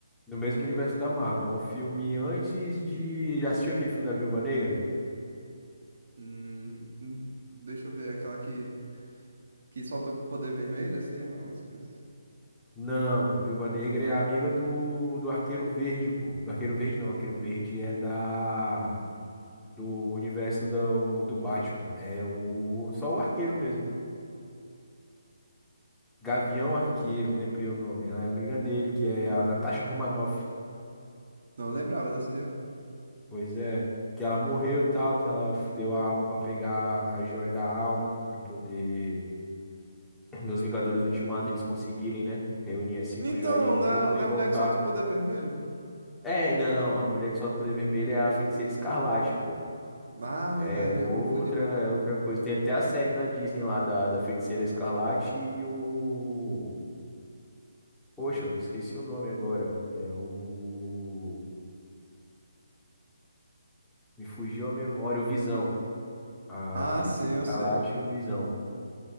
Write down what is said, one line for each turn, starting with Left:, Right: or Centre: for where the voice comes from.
Centre: No mesmo universo da Marvel. É um filme antes de. Já assistiu aquele filme da Viúva Negra?
Right: Hum, hum, deixa eu ver aquela que. Que solta o poder vermelho, assim, algumas coisas.
Centre: Não, mano. Viúva Negra é amiga do, do Arqueiro Verde, pô. Do Arqueiro Verde não. Arqueiro Verde é da. Do universo do, do Batman. É o. Só o Arqueiro mesmo. Gavião Arqueiro, lembrei o nome. Ela é amiga dele, que é a Natasha Romanoff.
Right: Não lembrava dessa aí. ó.
Centre: Pois é. Que ela morreu e tal, que ela f- deu a alma pra pegar a joia da alma, pra poder nos Vingadores Ultimato eles conseguirem, né? Reunir as cinco
Right: Então,
Centre: joias de novo
Right: não, é, não
Centre: e
Right: é
Centre: voltar.
Right: a mulher que solta o poder vermelho?
Centre: É, não, a mulher que solta o poder vermelho é a Feiticeira Escarlate, pô.
Right: Ah, verdade,
Centre: É outra,
Right: eu confundi.
Centre: é outra coisa. Tem até a série da Disney lá da, da Feiticeira Escarlate e o. Poxa, eu esqueci o nome agora. É o. Me fugiu a memória, o Visão. A
Right: Ah,
Centre: Feiticeira
Right: sim, eu
Centre: Escarlate
Right: sei.
Centre: e o Visão,